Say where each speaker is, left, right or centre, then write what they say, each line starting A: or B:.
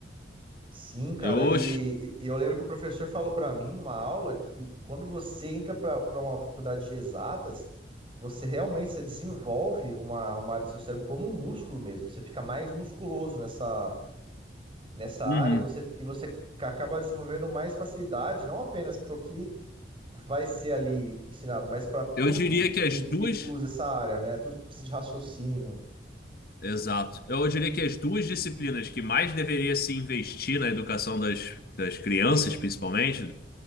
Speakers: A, on the right; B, on the left.
A: Sim, cara,
B: Eu,
A: e, e eu lembro que o professor falou para mim numa aula que quando você entra para uma faculdade de exatas, você realmente você desenvolve uma, uma área do seu cérebro como um músculo mesmo. Você fica mais musculoso nessa, nessa
B: Uhum.
A: área e você, e você acaba desenvolvendo mais facilidade, não apenas para o que vai ser ali ensinado, mas para tudo
B: Eu diria
A: que,
B: que as
A: que,
B: duas.
A: que usa essa área, né? Tudo que precisa de raciocínio,
B: Exato. Eu diria que as duas disciplinas que mais deveria se investir na educação das, das crianças, principalmente,